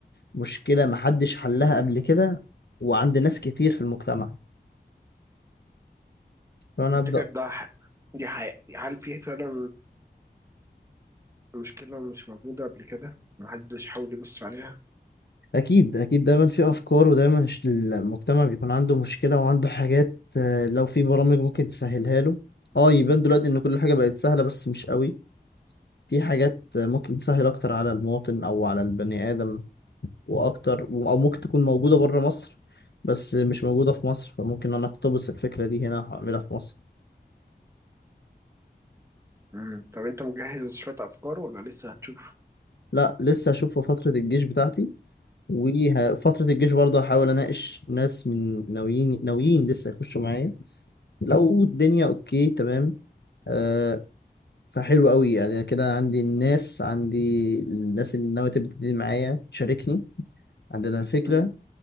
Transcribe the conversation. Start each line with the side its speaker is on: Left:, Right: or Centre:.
Left: مشكله محدش حلها قبل كده وعند ناس كتير في المجتمع فانا
Right: طب تفتكر
Left: ابدا
Right: ده ح- دي حقيقة هل في فعلا مشكلة مش موجودة قبل كده محدش حاول يبص عليها
Left: اكيد اكيد دايما في افكار ودايما الش- المجتمع بيكون عنده مشكله وعنده حاجات آه، لو في برامج ممكن تسهلها له اه يبان دلوقتي ان كل حاجه بقت سهله بس مش قوي في حاجات ممكن تسهل أكتر على المواطن أو على البني آدم وأكتر أو ممكن تكون موجودة بره مصر بس مش موجودة في مصر فممكن أنا أقتبس الفكرة دي هنا هعملها في مصر
Right: مم. طب انت مجهز شوية افكار ولا لسه هتشوف
Left: لا لسه هشوف في فترة الجيش بتاعتي وفترة الجيش برضه هحاول أناقش ناس من ناويين ناويين لسه يخشوا معايا لو الدنيا أوكي تمام أه فحلو قوي يعني كده عندي الناس عندي الناس اللي ناوية تبتدي معايا تشاركني عندنا الفكرة
Right: مم.